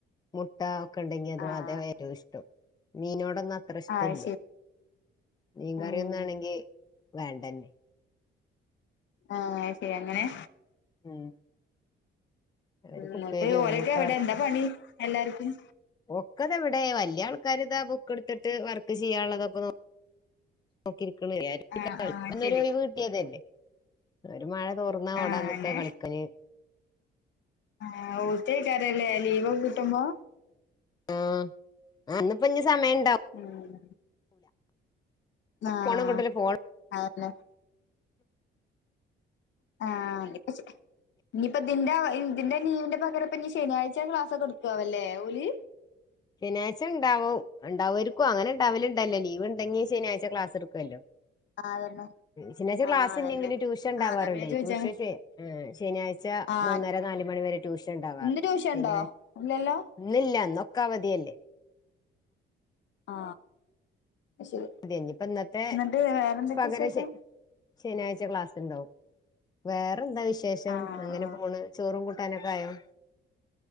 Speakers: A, on the left; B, on the left.
A: മുട്ട, ക്കെണ്ടെങ്കിൽ അതും
B: ആഹ്
A: അതേ വേഗം ഇഷ്ടം മീനോടൊന്നുംഅ ത്രഷ്ട്ടല്ല
B: അത് ശരി
A: മീൻകറിയൊന്നാണെങ്കി
B: ഉം
A: വേണ്ടന്നെ
B: ആഹ് ശരി അങ്ങനെ-
A: ഉം അവർക്ക്
B: ഉം ന്നിട്ട്
A: ഉപ്പേരിയോ
B: ഓരോക്കെ
A: മുട്ട
B: എവിടെ എന്താ പണി എല്ലാവർക്കും?
A: ഒക്കതാ ഇവിടെ വല്ല്യ ആൾക്കാാര്താ ബുക്ക് എടുത്തിട്ട് വർക്ക് ചെയ്യാനുള്ളതൊക്കെ നോ നോക്കിരിക്ക്ണ് <unintelligible>
B: ആഹ് ആഹ്
A: ഇന്നര്
B: ശരി
A: ഒഴിവ് കിട്ടിയതല്ലെ ഒരു മഴ തോർന്നാ
B: ആഹ്
A: ഓടാന്നിക്കാ
B: അങ്ങനെ
A: കളിക്കാന്
B: ആഹ് ഓത്തേക്കാരല്ലേ ലീവൊക്കെ കിട്ടുമ്പോ
A: ആഹ് ആ ഇന്ന്പ്പൊ ഇഞ്ഞ് സമയണ്ടാവും.
B: ഉം ആഹ്
A: ഫോണ് കിട്ടൂല ഫോൺ
B: അതന്നെ. ആഹ് ഇഞ്ഞിപ്പ ഇതിന്റെ ഇതിന്റെ ലീവിന്റെ പകര ഇപ്പൊ ഇനി ശനിയാഴ്ച ക്ലാസൊക്കെട്ക്കാവോല്ലേ ഓല്?
A: ശനിയാഴ്ചണ്ടാവും ഉണ്ടാവുആയിരിക്കും അങ്ങനെ ഉണ്ടാവില്ണ്ടല്ലോ ലീവ് ഉണ്ടെങ്കി ശനിയാഴ് ക്ലാസ് ഇട്ക്കുവല്ലോ
B: ആഹ് അതന്നെ
A: ശനിയാഴ്ച
B: ആഹ്
A: ക്ലാസ്
B: അതന്നെ
A: ഇല്ലെങ്കില് ട്യൂഷൻ ഉണ്ടാവാറുണ്ടേ
B: ആഹ് അതാ പിന്നെ ചോദിച്ചേ
A: ട്യൂഷൻ ശ ആഹ് ശനിയാഴ്ച
B: ആഹ്
A: മൂന്നര നാല് മണി വരെ ട്യൂഷൻ ഉണ്ടാവാറുണ്ട്
B: ഇന്ന് ട്യൂഷൻണ്ടോ
A: ശനിയാഴ
B: ഇല്ലല്ലോ
A: ഇന്നില്ലന്നൊക്കവതിയല്ലേ
B: ആ ശരി
A: അതെ ഇനിയിപ്പോ ഇന്നത്തെ
B: എന്നിട്ട് വേറെന്തൊക്കെ
A: പകരം
B: വിശേഷം?
A: ശ ശനിയാഴ്ച ക്ലാസ്സ്ണ്ടാവും വേറെന്താ വിശേഷം
B: ആഹ്
A: അങ്ങനെ
B: ആഹ്
A: പോണ് ചോറും കൂ ട്ടാനൊക്കെ ആയോ?